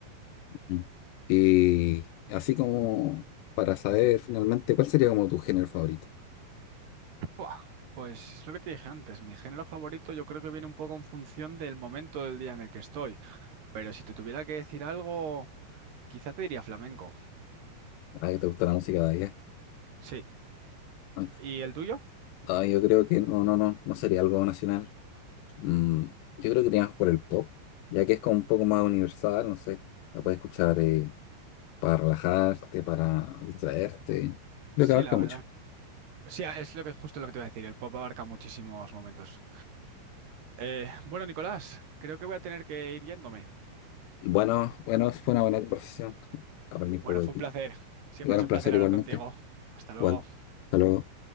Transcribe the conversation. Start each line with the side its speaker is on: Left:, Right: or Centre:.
Left: Mm. Y así como para saber finalmente cuál sería como tu género favorito.
Right: Buah, Pues lo que te dije antes, mi género favorito yo creo que viene un poco en función del momento del día en el que estoy. Pero si te tuviera que decir algo, quizá te diría flamenco.
Left: Ah, que te gusta la música de allá.
Right: Sí.
Left: Ah,
Right: ¿Y el tuyo?
Left: ah, yo creo que no, no, no, no sería algo nacional. Mm, yo creo que iríamos por el pop, ya que es como un poco más universal, no sé. La puedes escuchar eh, para relajarte, para distraerte. Creo
Right: Sí,
Left: que abarca
Right: la verdad.
Left: mucho.
Right: Sí, es lo que justo lo que te iba a decir. El pop abarca muchísimos momentos. Eh, bueno, Nicolás, creo que voy a tener que ir yéndome.
Left: Bueno, bueno, fue una buena conversación. Aprendí un
Right: Bueno,
Left: poco de
Right: fue
Left: ti.
Right: un placer. Siempre
Left: Igual
Right: es
Left: un
Right: un
Left: placer
Right: placer hablar
Left: igualmente.
Right: contigo. Hasta luego.
Left: Igual. Hasta luego.